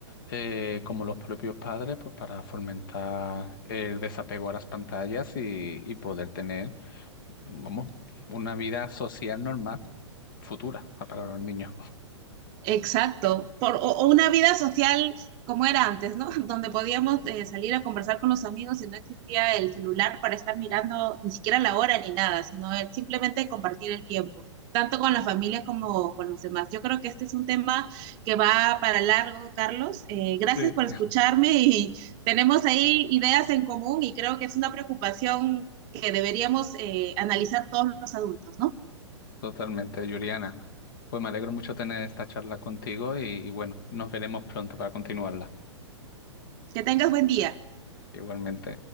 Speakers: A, on the left (about 45°); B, on the right (about 30°).
A: eh, como los propios padres pues para fomentar el desapego a las pantallas y, y poder tener, vamos, una vida social normal. futura ah, para los niños.
B: Exacto, por, o, o una vida social como era antes, ¿no? <laughs> Donde podíamos eh, salir a conversar con los amigos y no existía el celular para estar mirando ni siquiera la hora ni nada, sino el- simplemente compartir el tiempo, tanto con la familia como con los demás. Yo creo que este es un tema que va para largo, Carlos. Eh, gracias
A: Sí,
B: por escucharme y <laughs> tenemos ahí ideas en común y creo que es una preocupación que deberíamos eh, analizar todos los adultos, ¿no?
A: totalmente, Yuriana. Pues me alegro mucho tener esta charla contigo y, y bueno, nos veremos pronto para continuarla.
B: Que tengas buen día.
A: Igualmente.